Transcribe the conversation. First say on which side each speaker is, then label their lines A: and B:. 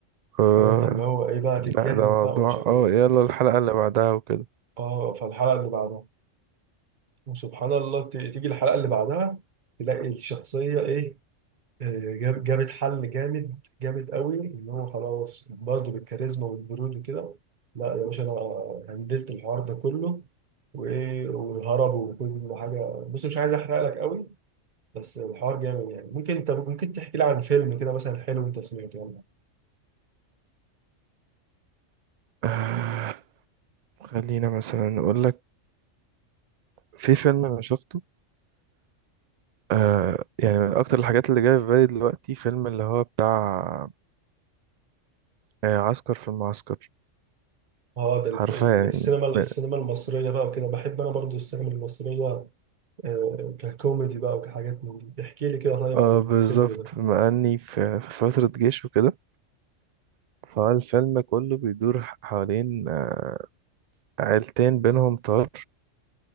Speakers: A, on the right; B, on the right.
A: آه،
B: فانت اللي هو ايه بقى
A: لا
B: تتجنن
A: ده موضوع
B: بقى ومش عارف
A: اه
B: ايه
A: يلا الحلقة اللي بعدها وكده
B: اه فالحلقه اللي بعدها وسبحان الله ت- تيجي الحلقه اللي بعدها تلاقي الشخصيه ايه جاب- جابت حل جامد جامد قوي ان هو خلاص برضه بالكاريزما والبرود وكده لا يا باشا انا هندلت الحوار ده كله وايه وهربوا وكل حاجه بص مش عايز احرق لك قوي بس الحوار جامد يعني ممكن انت ممكن تحكي لي عن فيلم كده مثلا حلو انت سمعته يعني
A: آه، خلينا مثلا نقول لك في فيلم انا شفته آه يعني من اكتر الحاجات اللي جايه في بالي دلوقتي فيلم اللي هو بتاع آه، عسكر في المعسكر
B: اه ده الف-
A: حرفيا
B: السينما
A: يعني م-
B: السينما المصريه بقى وكده بحب انا برضو السينما المصريه آه، ككوميدي بقى وكحاجات من دي احكي لي كده طيب
A: اه
B: عن
A: بالظبط
B: الفيلم ده
A: بما اني في في فترة جيش وكده فالفيلم كله بيدور ح- حوالين آه، عيلتين بينهم طار